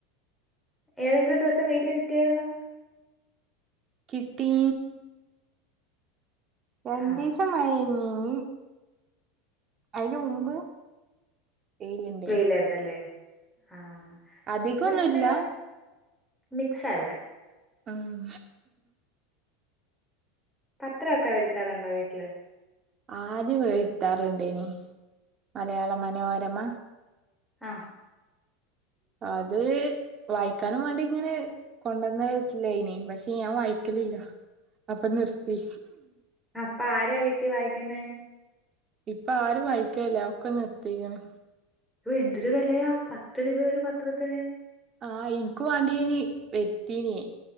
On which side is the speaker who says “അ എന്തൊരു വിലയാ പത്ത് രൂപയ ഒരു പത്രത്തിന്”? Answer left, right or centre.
Centre